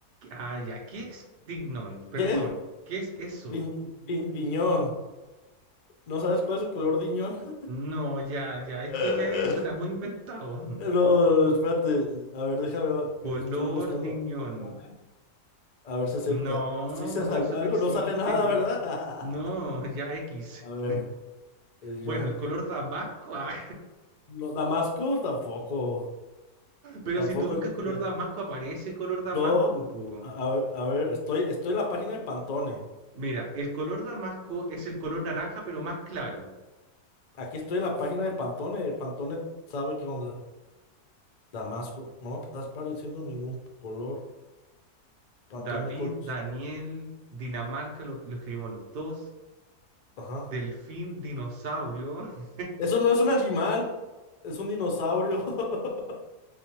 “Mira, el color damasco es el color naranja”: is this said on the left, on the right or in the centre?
Right